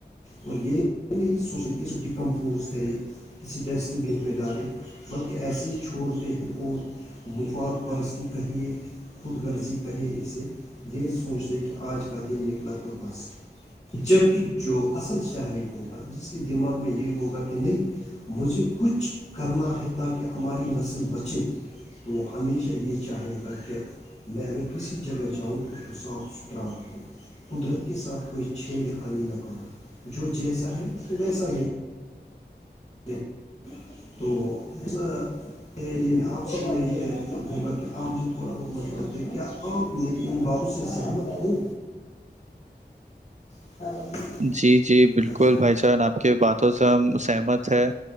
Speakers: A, on the left; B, on the right.
A: اور یہ نہیں سو کہ ڈیکمپوز کرے کسی ڈسٹ بین میں ڈالیں بلکہ ایسے ہی چھوڑتے ہیں اور تو مفاد پرستی کہیے خوود غرزی کہے اسے یہ سوچ دے کہ آج کا دن نکلا تو بس جبک جو اصل شہری ہوگا جس کے دماغ میں یہ ہوگا کہ نہیں مجھے کچھ کرنا ہے تاکہ ہماری نسل بچے تو ہمیشہ یہ چاہے گا کہ میں اگر کسی جگہ جاؤں تو اس کو صاف ستھرا رکھوں قدرت کے ساتھ کوئی چھیڑ خانی نہ کرو جو جیسا ہے اس کو ویسا ہی رہے۔ تو ایسا ے آپ سے یہوں گا کہ آام مجھے تھوڑا بہت مشور ہےے کیا آام میری ان باؤوں سے سہمت ہو <unintelligible>
B: جی جی بالکل
A: ہاں جی
B: بھائی چان آپ کے باتوں سے ہم سہمت ہے